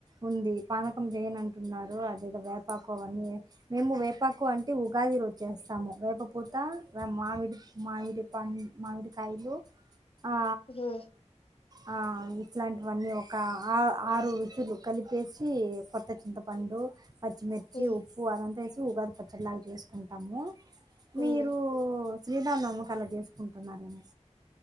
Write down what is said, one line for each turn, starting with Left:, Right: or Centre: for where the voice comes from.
Right: ఉంది పానకం చేయన్ అంటున్నారు అదగ వేపాకు అవన్నీ మేము వేపాకు అంటే ఉగాది వ చేేస్తాము వేప పూత మామిడి మావిడి పం మామిడికాయలు ఆ
Left: మహ్
Right: ఆ ఇట్లాంటివన్నీ ఒక ఆ ఆరు రుచులు. కలిపేసి కొత్త చింతపండు పచ్చిమిర్చి
Left: హ్మ్
Right: ఉప్పు అదంతేస్. ఉగాది పచ్చడిలాగా చేసుకుంటాము
Left: మహ్
Right: మీరు శ్రీరామనవమికి అలా చేసుకుంటున్నారేమో